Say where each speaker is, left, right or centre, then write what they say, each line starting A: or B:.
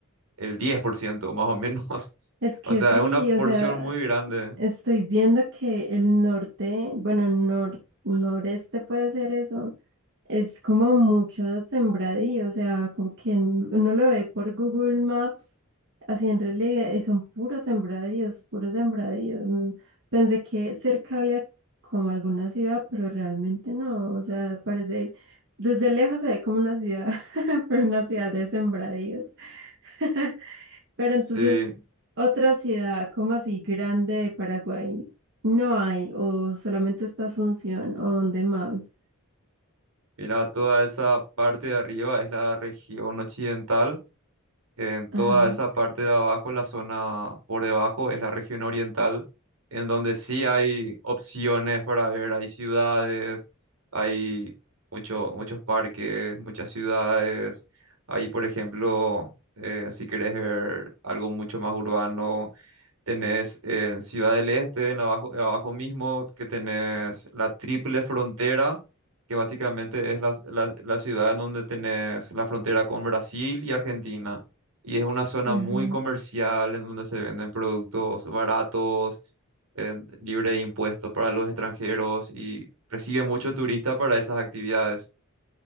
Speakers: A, on the right; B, on the right.
A: el 10% más o menos. <laughs>
B: Es que
A: O sea,
B: sí,
A: es una porción
B: o sea,
A: muy grande.
B: estoy viendo que el norte, bueno, nor- noreste puede ser eso, es como mucho sembradío, o sea, como que en- uno lo ve por Google Maps, así en relieve, y son puros sembradíos, puros sembradíos. mm. Pensé que cerca había como alguna ciudad, pero realmente no, o sea, parece, desde lejos se ve como una ciudad, <laughs> pero una ciudad de sembradíos. <laughs> Pero entonces,
A: Sí,
B: otra ciudad como así grande de Paraguay no hay, o solamente está Asunción, o dónde más.
A: mira, toda esa parte de arriba es la región occidental, en toda
B: Ajá,
A: esa parte de abajo, la zona por debajo es la región oriental, en donde sí hay opciones para ver, hay ciudades, hay mucho, muchos parques, muchas ciudades, hay, por ejemplo, eh, si quieres ver algo mucho más urbano Tenés eh, en Ciudad del Este, en abajo, abajo mismo, que tenés la triple frontera, que básicamente es la, la, la ciudad en donde tenés la frontera con Brasil y Argentina. Y es una zona
B: ajá.
A: muy comercial en donde se venden productos baratos, eh, libre de impuestos para los extranjeros y recibe mucho turista para esas actividades.